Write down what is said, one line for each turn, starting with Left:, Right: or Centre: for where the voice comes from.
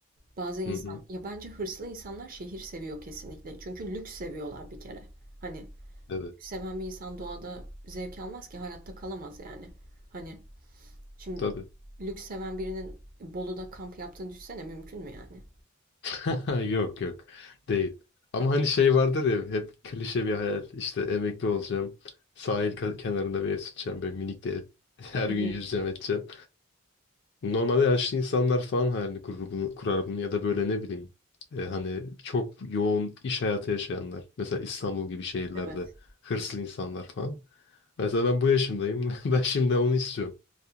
Right: Bazı insan,
Left: Hı hı.
Right: ya bence hırslı insanlar şehir seviyor kesinlikle. Çünkü lüks seviyorlar bir kere. Hani
Left: Evet.
Right: seven bir insan doğada zevk almaz ki hayatta kalamaz yani. Hani Şimdi
Left: Tabii.
Right: lüks seven birinin Bolu'da kamp yaptığını düşünsene mümkün mü yani?
Left: <laughs> Yok yok. Değil. Ama hani şey vardır ya hep klişe bir hayal. İşte emekli olacağım. Sahil ka- kenarında bir ev tutacağım. Böyle minik bir ev. <laughs> Her
Right: Hı hı,
Left: gün yüzeceğim edeceğim. Normalde yaşlı insanlar falan hayalini kurur bunu, kurar bunu ya da böyle ne bileyim e, hani çok yoğun iş hayatı yaşayanlar. Mesela İstanbul gibi şehirlerde
Right: Evet.
Left: hırslı insanlar falan. Mesela ben bu yaşımdayım. <laughs> Ben şimdi onu istiyorum.